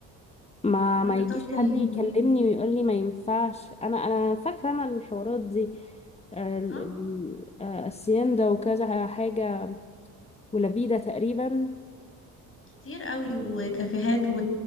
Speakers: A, on the left; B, on the left.
A: ما
B: وانت
A: ما يجيش
B: تحكم
A: حد يكلمني ويقول لي ما ينفعش انا انا فاكره انا الحوارات دي ال-
B: اه
A: ال- آه، السيندا وكذا حاجه ولبيده تقريبا
B: كتير قوي وكافيهات